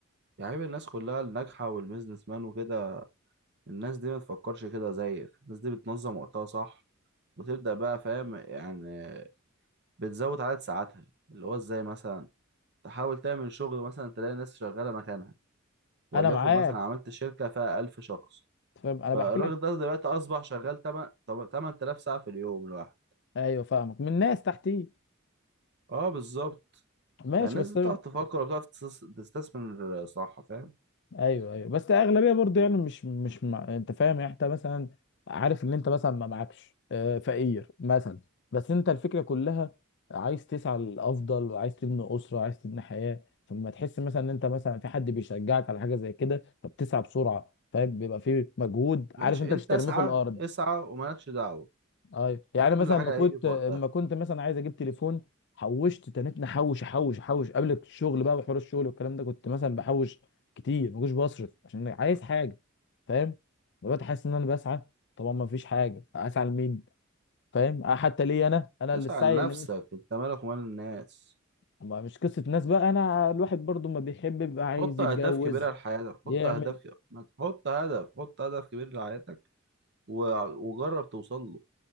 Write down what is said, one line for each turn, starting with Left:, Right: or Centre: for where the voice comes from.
Right: يعني عيب الناس كلها الناجحة والبيزنس مان وكده الناس دي ما تفكرش كده زيك الناس دي بتنظم وقتها صح وتبدأ بقى فاهم يعني بتزود عدد ساعاتها اللي هو ازاي مثلا تحاول تعمل شغل مثلا تلاقي ناس شغالة مكانها وليكن
Left: انا معاك
Right: مثلا عملت شركة فيها 1000 شخص
Left: فاهم انا
Right: فالراجل
Left: بحكي لك
Right: ده دلوقتي أصبح شغال 8 8000 ساعة في اليوم الواحد
Left: ايوه فاهمك من ناس تحتي
Right: اه بالظبط
Left: ماشي
Right: فالناس
Left: بس
Right: دي بتعرف تفكر وبتعرف تستس- تستثمر صح فاهم
Left: ايوه ايوه بس اغلبيه برضه يعني مش مش مع... انت فاهم يعني انت مثلا عارف ان انت مثلا ما معكش آه، فقير مثلا بس انت الفكره كلها عايز تسعى للافضل وعايز تبني اسره وعايز تبني حياه فلما تحس مثلا ان انت مثلا في حد بيشجعك على حاجه زي كده فبتسعى بسرعه فاهم بيبقى في مجهود عارف
Right: ماشي
Left: انت
Right: انت
Left: مش هترميه
Right: اسعى
Left: في الارض
Right: اسعى ومالكش دعوة
Left: ايوه يعني
Right: وكل
Left: مثلا
Right: حاجة
Left: ما كنت
Right: هيجي في وقتها
Left: ما كنت مثلا عايز اجيب تليفون حوشت تنيت نحوش احوش احوش قبل الشغل بقى وحوار الشغل والكلام ده كنت مثلا بحوش كتير ما كنتش بصرف عشان أنا عايز حاجه فاهم دلوقتي حاسس ان انا بسعى طبعا ما فيش حاجه اسعى لمين فاهم أه حتى ليه انا انا
Right: اسعى
Left: اللي السعي
Right: لنفسك
Left: اللي مش
Right: انت مالك ومال الناس
Left: ما- مش قصه ناس بقى انا الواحد برضو ما بيحب يبقى عايز
Right: حط
Left: يتجوز
Right: اهداف كبيره لحياتك
Left: يعمل
Right: حط اهداف ك- ما تحط هدف حط هدف كبير لحياتك و... وجرب توصل له